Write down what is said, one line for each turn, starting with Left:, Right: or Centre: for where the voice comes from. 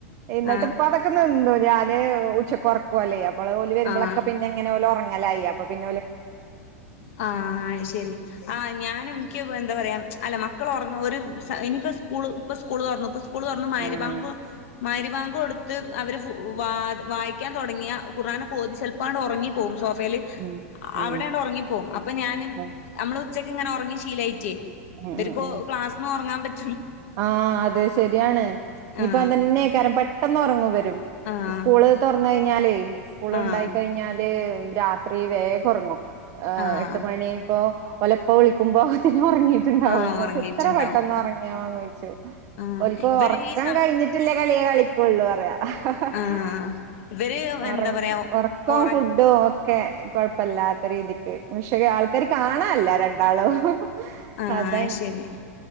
Right: എന്നിട്ട്
Left: ആഹ്
Right: ഇപ്പൊ അതൊക്കെ നിന്ന് ഞാന് ഉച്ചക്കൊറക്കുവല്ലേ ഇപ്പോ പിന്നെ ഓല് വരുമ്പളൊക്ക
Left: ആഹ്
Right: പിന്നങ്ങന ഓലു ഉറങ്ങി ഉറങ്ങലായി അപ്പെപിന്ന
Left: ആഹ് ശെരി ആഹ് ഞാനും ഇൻക്ക് എന്താ പറയാ അല്ല മക്കൾ ഒറങ്ങ് ഒരു ഇനിയിപ്പോ സ്കൂള് ഇപ്പ സ്കൂളൊറ്ന്നു ഇപ്പ സ്കൂൾ തൊറ് ന്നു മഗ്രിബാങ്ക
Right: ഉം
Left: മഹ്രിബാങ്ക് കൊടുത്ത് അവർ വാ വായിക്കാൻ തുടങ്ങിയ ഖർആന കോതിചെല്പണ്ട് ഉറങ്ങിപ്പോകും സോഫേല്
Right: ഉം ഉം
Left: അവിടെണ്ട് ഉറങ്ങിപ്പോകും അപ്പോ ഞാനുനമ്മളു
Right: ഉം
Left: ഉച്ചക്ക്ങ്ങെനെ ഉറങ്ങി ശീലയിട്ട്
Right: ഉം
Left: ഇവരിക്കൊ
Right: ഉം ഉം
Left: ക്ലാസ്ന്ന് ഒറങ്ങാൻ പറ്റ
Right: ആഹ് അതെ ശരിയാണ് ഇനിയിപ്പോ
Left: ആഹ്
Right: അതന്നെക്കാരം പണ് പെട്ടന്ന് ഉറങ്ങും ഇവ
Left: ആഹ്
Right: സ്‌കൂൾ തൊറന്ന് കഴിഞ്ഞ ഞാലേ സ്കൂൾ
Left: ആഹ്
Right: ഉണ്ടായി കഴിഞ്ഞാല് രാത്രി വേഗം ഒറങ്ങും
Left: ആഹ്
Right: എട്ട് മണിപ്പോ ഓലപ്പ വിളിക്കുമ്പോ ഒറങ്ങീട്ടുണ്ടാവും
Left: ആഹ് ഉറങ്ങിയിട്ടുണ്ടാവും
Right: എത്ര പെട്ടെന്ന് ഒറങ്ങ്യൊയ്ക്കു
Left: ആഹ്
Right: ഒല് കൊറ്ക്കാൻ
Left: ഇവര് ഈ സം
Right: കഴിഞ്ഞിട്ടില്ല കളിയെ കളികൊള്ളൂ റയാ ഹ് ഹ്
Left: ആഹ്
Right: ഹ്
Left: ഇവര്
Right: ഒറങ്ങും
Left: എന്താ പറയാ
Right: ഉറക്കം
Left: ഒറ
Right: ഫുഡും ക്കെ കുഴപ്പില്ലാത്ത രീതിക്ക് പക്ഷേ ആൾക്കാർ കാണാല്ല രണ്ടാളും
Left: ആ
Right: അതാണ്
Left: ശരി